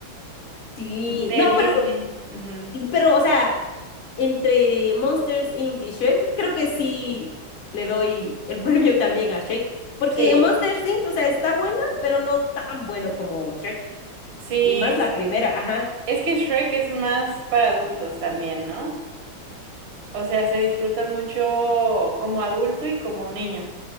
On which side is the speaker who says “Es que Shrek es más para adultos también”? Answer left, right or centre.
Right